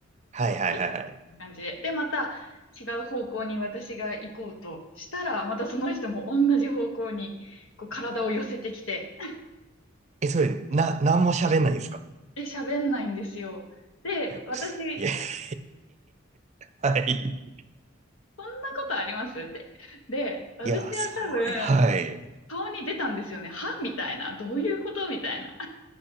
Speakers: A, on the right; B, on the left.
A: はいはいはいはい。
B: こんな感じで。で、また違う方向に私が行こうとしたら、またその人も同じ方向にこう体を寄せてきて、
A: え、それ、な、なんも喋んないんですか
B: で、喋んないんですよ。で、
A: いや、くすいや、
B: 私、
A: <laughs> はい。
B: そんなことありますって。で、私は多分、
A: いや、それ、はい。
B: 顔に出たんですよね。はみたいな。どういうことみたいな。